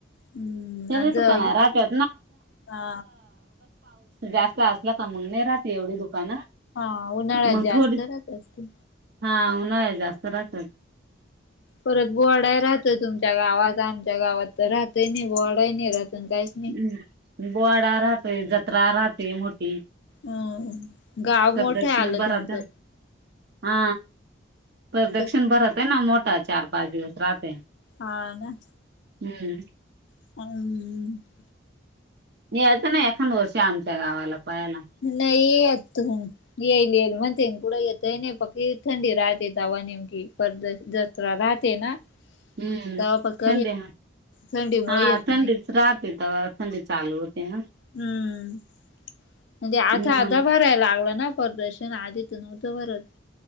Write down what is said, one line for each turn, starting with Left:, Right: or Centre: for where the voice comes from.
Left: हम्म
Right: <unintelligible>
Left: आणि जळ
Right: पाऊस
Left: हा
Right: जास्त असला का मग नाही राहात एवढी दुकानं.
Left: हा उन्हाळात
Right: मग
Left: जास्त
Right: थोडी
Left: राहत असतील.
Right: हा उन्हाळ्यात जास्त राहत्यात.
Left: परत बोहाडाय राहतोय तुमच्या गावात आमच्या गावात तर राहतय नाही बोडाय नाही राहत काही <unintelligible>
Right: ह् बोवाडा राहतेय जत्रा राहतेय मोठी.
Left: हम गाव
Right: प्रदक्षिण
Left: कोठे आलं
Right: भरत
Left: तुमचं?
Right: हा प्रदक्षिण
Left: तर
Right: भरत आहे ना मोठा चार पाच दिवस राहतय.
Left: हा ना?
Right: हम्म.
Left: ह्म <unintelligible>
Right: यायच नाही एखाद वर्षी आमच्या गावाला पाहायला.
Left: नाही येत तुमी. येईल येईल म्हणते कुठं येत नाही पक्की थंडी राहते तवा नेमकी पद्धत राहते ना?
Right: हम्म
Left: तवा फक्त
Right: थंडी
Left: थंडीमुळे
Right: हा
Left: येत
Right: थंडीच
Left: नाही.
Right: रा तित थंडी चालू होते ना?
Left: हम्म म्हणजे आता
Right: मग
Left: आधा भरायला लागला ना. परर्दर्शन आदी च नव्हतं बरं.